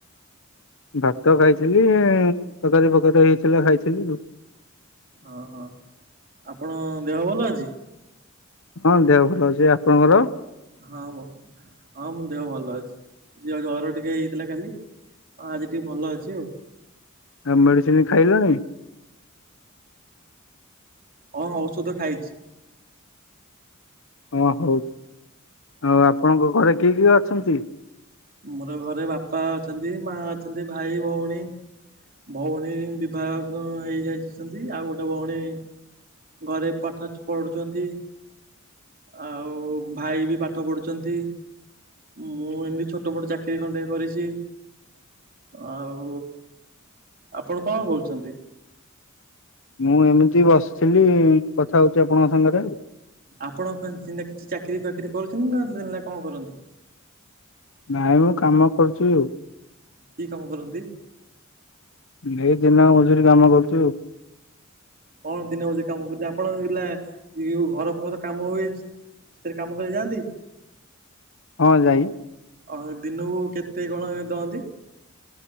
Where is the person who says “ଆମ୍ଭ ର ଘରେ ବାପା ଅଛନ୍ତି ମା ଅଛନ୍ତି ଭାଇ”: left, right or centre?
Right